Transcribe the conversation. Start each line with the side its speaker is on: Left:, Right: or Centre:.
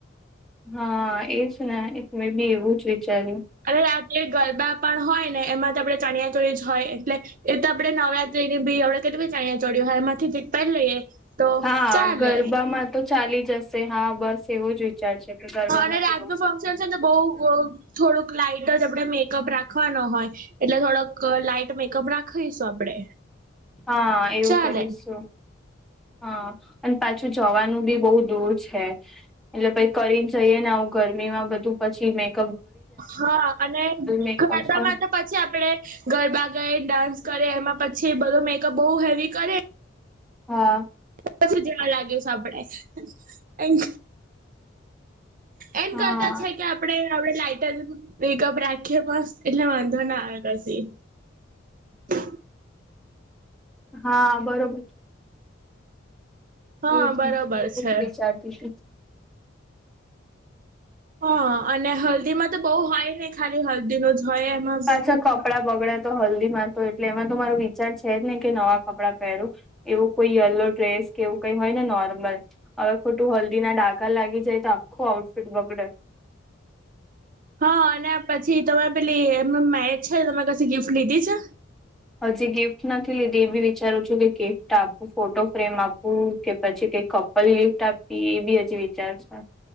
Centre: હા એજ ને એક મેં બી એવું જ વિચાર્યું.
Right: અને રાત્રે ગરબા પણ હોય ને એમાં તો આપણે ચણિયાચોળી જ હોય એટલે એ તો આપે નવરાત્રી ની બી આપણે કેટલી બધી ચાણયા ચોળી હોય એમાંથી એક પેરી લઈએ. તો
Centre: હા
Right: ચાલે
Centre: ગરબામાં તો ચાલી જશે હા બસ એવું જ વિચારશે. કે ગરબામાં
Right: અને રાત
Centre: તો
Right: નું ફંક્શન છે ને બઉ બઉ થોડુંક લાઈટ જ આપણે મેકઅપ રાખવાનો હોય એટલે થોડોક લાઈટ મેકઅપ રાખીશું આપડે.
Centre: હા એવું
Right: ચાલે
Centre: કરીશું. હા અને પાછું જવાનું બી બહુ દૂર છે એટલે પઈ કરીને જઈએ ને આવું ગરમી એમાં બધું પછી મેં
Right: હા અને
Centre: મેકઅપ
Right: ગરબામાં
Centre: હોય.
Right: તો પછી આપડે ગરબા ગઈ ડાન્સ કરીએ એમાં પછી છે બધો મેકઅપ બહુ હેવી કરે
Centre: હા.
Right: પછી જવા લાગ્યો સાંભળાય એમ
Centre: હા
Right: કરતા છે કે આપડે આપડે લાઈઇટર બેકઅપ રાખીએ પણ એટલે વાંધો ના આવે પછી. હ
Centre: હા બરોબર.
Right: હા
Centre: એજ
Right: બરોબર
Centre: <inaudible> એવું
Right: છે
Centre: જ વિચારતી
Right: હા અને હલ્દી માં તો બહુ હોય નઈ ખાલી હલ્દી ન જ હોય એમાં
Centre: પાછા
Right: બી
Centre: કપડા બગડે તો હલ્દી માં તો એટલે એમાં તો મારો વિચાર છે જ ને કે નવા કપડાં પહેરવ એવું કોઈ યલો ડ્રેસ કેવું કઈ હોય ને નો વારમવાર હવે ખોટું હલ્દી ના ડાકા લાગી જાય તો આખું આઉટફિટ બગડે.
Right: હા અને પછી તમે પેલી એમનું મેરેજ છે તમે કછી ગિફ્ટ લીધી છે?
Centre: હજી ગિફ્ટ નથી લીધી એ બી વિચારું છું કે ગિફ્ટ આપવું ફોટો ફ્રેમ આપવું કે પછી કઈ કપલ ગિફ્ટ આપી એ બી હજી વિચાર છે.